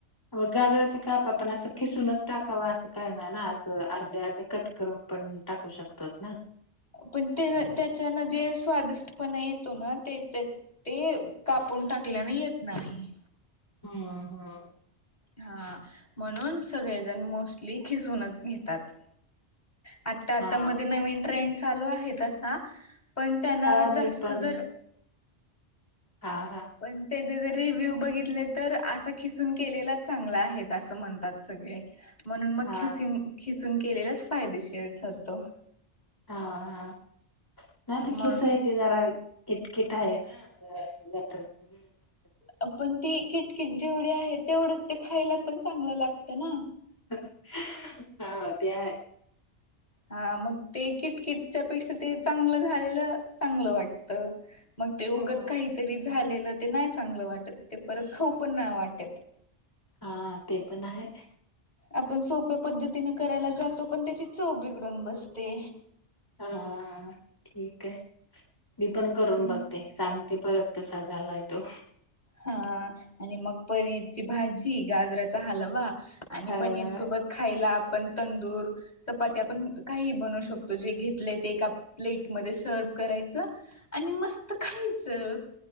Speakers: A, on the left; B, on the left.
A: अ गाजराच काप आपण असं खिसूनच टाकाव असं काय नाही ना असं अर्धे अर्धे कट करून पण टाकू शकतो ना.
B: पण ते त्याच्यान जे स्वादिष्टपणा येतो ना ते ते कापून टाकल्याने येत नाही.
A: हम हा.
B: हा म्हणून सगळेजण मोस्टली खिसूनच घेतात. आता
A: हा
B: आता मध्ये नवीन ट्रेंड चालू आहे ना. पण त्यांना
A: हा
B: जास्त
A: मी पण
B: जर.
A: हा हा.
B: पण त्याचे जर रिव्ह्यू बघितले तर असं खिसून केलेलाच चांगला आहे असं म्हणतात सगळे. म्हणून मग
A: हा
B: खिसून खिस खिसून केलेलाच फायदेशीर ठरतो.
A: हा हा नाही तर
B: मग
A: किसायची जरा किटकिट. आहे ना ज <unintelligible>
B: आपण ती किटकिट जेवढी आहे तेवढंच ते खायला पण चांगलं लागत. ते ना.
A: हा ते आहे.
B: हा मग ते किटकिटच्या पेक्षा ते चांगलं झालेलं चांगलं वाटत. मग ते उगाच
A: हम्म.
B: काहीतरी झाले. ते नाही चांगलं वाटत ते परत खाऊ पण नाही वाटत.
A: हा ते पण आहे.
B: आपण सोप्या पद्धतीने करायला जातो पण त्याची चव बिघडून बसते.
A: हा हा ठीक आहे. मी पण करून
B: हम्म
A: बघते सांगते परत. कसा झालाय तो.
B: हा आणि मग पनीरची भाजी गाजराचा हलवा. आणि
A: हा.
B: पनीर सोबत खायला. आपण तंदूर चपाती आपण काही बनू शकतो जे घेतले ते एका प्लेटमध्ये सर्व्ह करायचं. आणि मस्त खाईन. चव.